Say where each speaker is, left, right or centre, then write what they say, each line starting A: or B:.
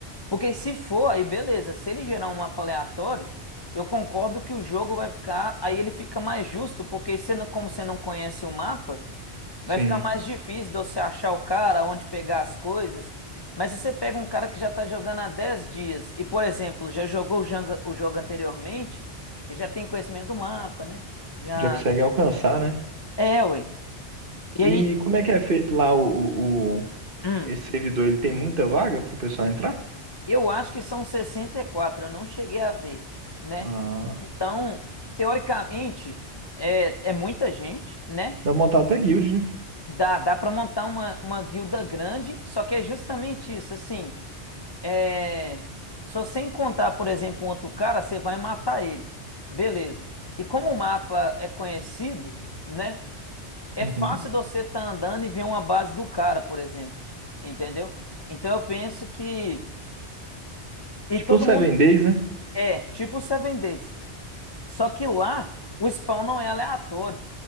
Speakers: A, on the left (about 35°); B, on the right (about 50°).
A: Porque se for, aí beleza. Se ele gerar um mapa aleatório, eu concordo que o jogo vai ficar. Aí ele fica mais justo, porque você não- como você não conhece o mapa. Vai
B: Sim.
A: ficar mais difícil de você achar o cara, onde pegar as coisas. Mas se você pega um cara que já está jogando há 10 dias e, por exemplo, já jogou o janga- o jogo anteriormente, ele já tem conhecimento do mapa, né? Já.
B: já consegue alcançar, né?
A: É, ué. E
B: E
A: aí,
B: como é que é feito lá o, o, o-
A: hum,
B: esse servidor? Ele tem muita vaga pro pessoal entrar?
A: eu acho que são 64, eu não cheguei a ver, né?
B: Ah,
A: Então, teoricamente, é, é muita gente, né?
B: dá pra montar até guild, né?
A: Dá, dá para montar uma, uma guilda grande, só que é justamente isso, assim. É, se você encontrar, por exemplo, um outro cara, você vai matar ele. Beleza. E como o mapa é conhecido, né? É
B: Uhum.
A: fácil de você estar andando e ver uma base do cara, por exemplo. Entendeu? Então eu penso que. E
B: Tipo
A: todo
B: um Seven
A: mundo.
B: Days, né?
A: É, tipo o Seven Days. Só que lá o spawn não é aleatório.